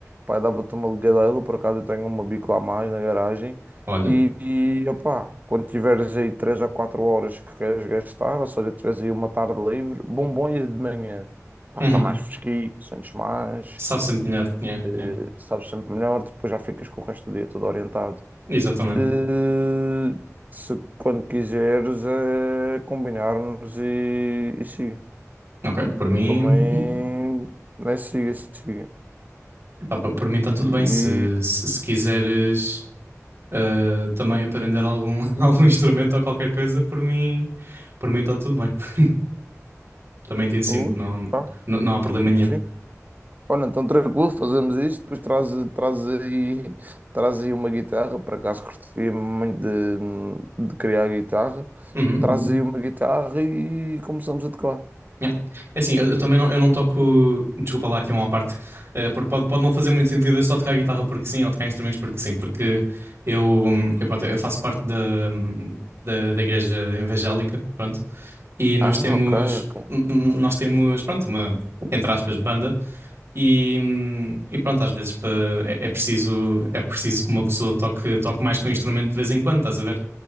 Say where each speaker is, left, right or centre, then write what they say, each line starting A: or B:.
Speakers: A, on the right; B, on the right.
A: pá, dava-te uma ligadela, por acaso eu tenho uma bico lá a mais na garagem,
B: Olha,
A: e, e opá, quando tiveres aí 3 a 4 horas que queres gastar, ou seja, tiveres aí uma tarde livre, bom bom ir de manhã, pá,
B: uhum.
A: está mais fresquinho, sentes mais,
B: Sabe sempre melhor, yeah,
A: eh,
B: yeah.
A: sabes sempre melhor, depois já ficas com o resto do dia todo orientado.
B: Exatamente.
A: Eh, se quando quiseres é combinarmos e, e siga.
B: Ok, por mim.
A: Também né, siga, siga.
B: Ah, pa- por mim está tudo
A: E
B: bem. Se, se, se quiseres ah, também aprender algum, <laughs> algum instrumento ou qualquer coisa, por mim, por mim está tudo bem. <laughs> Também te ensino,
A: ui,
B: não,
A: pá,
B: não, não há problema nenhum.
A: sim. Olha, então tranquilo, fazemos isto, depois traz, traz aí, traz aí uma guitarra, por acaso curtia muito de, de criar guitarra.
B: Uhum,
A: Traz
B: uhum.
A: aí uma guitarra e começamos a tocar.
B: Yeah. É assim, eu, eu também não, eu não toco. Desculpa lá, aqui é uma à parte. eh, porque pode, pode não fazer muito sentido eu só tocar guitarra porque sim ou tocar instrumentos porque sim, porque eu, hum, eu, pronto, eu faço parte da, hum, da, da igreja evangélica, pronto, e nós
A: Ah,
B: temos,
A: ok, ok.
B: n- n- nós temos, pronto, uma, entre aspas, banda E, hum, e pronto, às vezes pa- é, é preciso, é preciso que uma pessoa toque, toque mais com o instrumento de vez em quando, estás a ver?